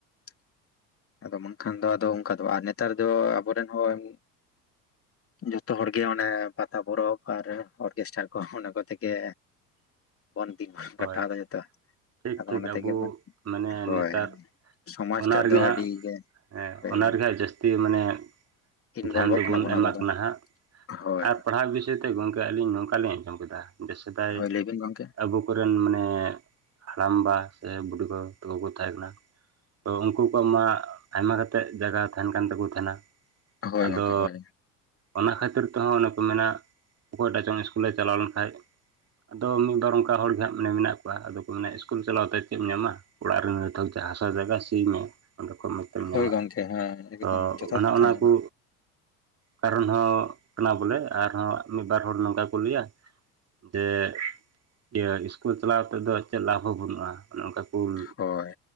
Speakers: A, on the left (about 30°); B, on the right (about 30°).
A: ᱾ ᱟᱫᱚ ᱵᱟᱝᱠᱷᱟᱱ ᱫᱚ ᱟᱫᱚ ᱚᱝᱠᱟ ᱫᱚ ᱟᱨ ᱱᱮᱛᱟᱨ ᱫᱚ ᱟᱵᱚᱨᱮᱱ ᱦᱚᱸ ᱡᱷᱚᱛᱚ ᱦᱚᱲ ᱜᱮ ᱚᱱᱮ ᱯᱟᱛᱟ ᱯᱚᱨᱚᱵᱽ ᱟᱨ ᱚᱨᱠᱮᱥᱴᱟᱨ ᱠᱚ ᱚᱱᱟ ᱠᱚᱛᱮ ᱜᱮ
B: <inaudible>
A: ᱵᱚᱱ ᱫᱤᱱ
B: ᱦᱳᱭ
A: ᱠᱟᱴᱟᱣ ᱫᱟ ᱡᱚᱛᱚ
B: ᱴᱷᱤᱠ
A: ᱟᱫᱚ
B: ᱴᱷᱤᱠ
A: ᱚᱱᱟ
B: ᱟᱵᱚ
A: ᱛᱮᱜᱮ ᱵᱚᱱ,
B: ᱢᱟᱱᱮ
A: ᱦᱳᱭ
B: ᱱᱮᱛᱟᱨ
A: ᱾ ᱥᱚᱢᱟᱡ
B: ᱚᱱᱟ
A: ᱴᱟᱜ
B: ᱨᱮᱜᱮ
A: ᱫᱚ
B: ᱦᱟᱸᱜ
A: ᱟᱹᱰᱤ ᱜᱮ
B: ᱦᱮᱸ
A: ᱦᱳᱭ
B: ᱚᱱᱟ ᱨᱮᱱᱟᱜ ᱡᱟᱹᱥᱛᱤ ᱢᱟᱱᱮ
A: ᱤᱱᱵᱚᱞᱵᱚᱜ
B: ᱫᱷᱮᱭᱟᱱ ᱫᱚᱵᱚᱱ
A: ᱠᱟᱱᱟ ᱵᱚᱱ
B: ᱮᱢᱟᱜ
A: ᱟᱵᱚ ᱫᱚ
B: ᱠᱟᱱᱟ ᱦᱟᱸᱜ
A: ᱦᱳᱭ,
B: ᱟᱨ ᱯᱟᱲᱦᱟᱜ ᱵᱤ ᱥᱚᱭ ᱛᱮ ᱜᱚᱝᱠᱮ ᱟᱹᱞᱤᱧ ᱱᱚᱝᱠᱟᱞᱤᱧ ᱟᱸᱡᱚᱢ ᱠᱮᱫᱟ ᱡᱮ ᱥᱮᱫᱟᱭ
A: ᱦᱳᱭ ᱞᱟᱹᱭ ᱵᱤᱱ ᱜᱚᱝᱠᱮ?
B: ᱟᱵᱚ ᱠᱚᱨᱮᱱ ᱢᱟᱱᱮ ᱦᱟᱲᱟᱢᱵᱟ ᱥᱮ ᱵᱩᱰᱤ ᱜᱚ ᱛᱟᱠᱚ ᱠᱚ ᱛᱟᱦᱮᱸ ᱠᱟᱱᱟ ᱾ ᱛᱚ ᱩᱝᱠᱩ ᱠᱚᱣᱟᱜ ᱢᱟ ᱟᱭᱢᱟ ᱠᱟᱛᱮᱜ ᱡᱟᱜᱟ ᱛᱟᱦᱮᱱ ᱠᱟᱱ ᱛᱟᱠᱚ ᱛᱷᱮᱱᱟ ᱾
A: ᱦᱳᱭ
B: ᱟᱫᱚ
A: ᱜᱚᱝᱠᱮ ᱦᱳᱭ,
B: ᱚᱱᱟ ᱠᱷᱟᱹᱛᱤᱨ ᱛᱮᱦᱚᱸ ᱚᱱᱮ ᱠᱚ ᱢᱮᱱᱟ ᱚᱠᱚᱭᱴᱟᱜ ᱪᱚᱝ ᱤᱥᱠᱩᱞᱮ ᱪᱟᱞᱟᱣ ᱞᱮᱱᱠᱟᱡ, ᱟᱫᱚ ᱢᱤᱜ ᱵᱟᱨ ᱚᱱᱠᱟ ᱦᱚᱲ ᱜᱮ ᱦᱟᱸᱜ ᱢᱟᱱᱮ ᱢᱮᱱᱟᱜ ᱠᱚᱣᱟ ᱟᱫᱚ ᱠᱚ ᱢᱮᱱᱟ ᱤᱥᱠᱩᱞ ᱪᱟᱞᱟᱣᱛᱮ ᱪᱮᱫ ᱮᱢ ᱧᱟᱢᱟ ᱾ ᱚᱲᱟᱜ ᱨᱮᱱ ᱱᱤᱛᱚᱠ ᱡᱟᱦᱟᱸ ᱦᱟᱥᱟ ᱡᱟᱭᱜᱟ ᱥᱤ ᱢᱮ ᱾ ᱚᱸᱰᱮ ᱠᱚ ᱢᱚᱡᱽ ᱛᱮᱢ ᱧᱟᱢᱟ
A: ᱦᱳᱭ ᱜᱚᱝᱠᱮ ᱦᱮᱸ ᱮᱠᱫᱚᱢ
B: ᱛᱚ
A: ᱡᱚᱛᱷᱟᱛ
B: ᱚᱱᱮ
A: ᱠᱟᱛᱷᱟ
B: ᱚᱱᱟ
A: ᱟᱸᱡᱚᱢ
B: ᱠᱩ ᱠᱟᱨᱚᱱ ᱦᱚᱸ ᱠᱟᱱᱟ ᱵᱚᱞᱮ ᱟᱨᱦᱚᱸ ᱢᱤᱫ ᱵᱟᱨ ᱦᱚᱲ ᱱᱚᱝᱠᱟ ᱠᱚ ᱞᱟᱹᱭᱟ ᱾ ᱡᱮ ᱤᱭᱟᱹ ᱤᱥᱠᱩᱞ ᱪᱟᱞᱟᱣ ᱟᱛᱮᱫᱚ ᱪᱮᱜ ᱞᱟᱵ ᱦᱚᱸ ᱵᱟᱹᱱᱩᱜᱼᱟ ᱚᱱᱮ ᱚᱱᱠᱟ ᱩᱞ
A: ᱦᱳᱭ